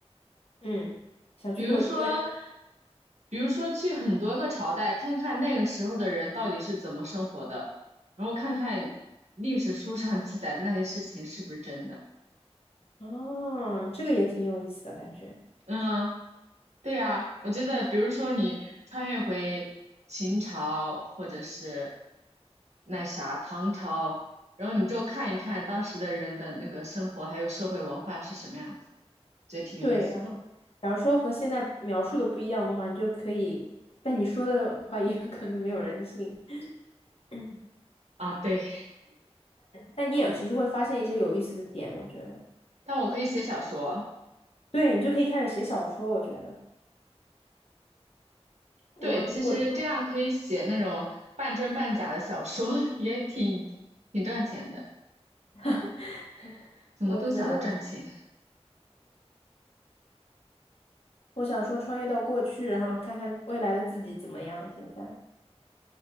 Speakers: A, on the left (about 60°); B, on the right (about 85°).
A: 嗯，想去过未，
B: 比如说，比如说去很多个朝代，看看那个时候的人到底是怎么生活的，然后看看历史书上记载的那些事情是不是真的。
A: 哦，这个也挺有意思的感觉。
B: 嗯，对呀，我觉得，比如说你穿越回秦朝，或者是那啥唐朝，然后你就看一看当时的人的那个生活还有社会文化是什么样的，觉得挺有意思的
A: 对，然后假如说和现在描述的不一样的话，你就可以，但你说的话也 <laughs> 可能没有人信，<clears throat>
B: 啊。对，
A: 但你也其实会发现一些有意思的点，我觉得。
B: 但我可以写小说。
A: 对，你就可以开始写小说，我觉得。我如果穿，
B: 对，其实这样可以写那种半真半假的小说，<laughs> 也挺挺赚钱的。
A: <laughs>
B: 怎么都想到赚钱
A: 我觉得我我想说穿越到过去，然后看看未来的自己怎么样，现在。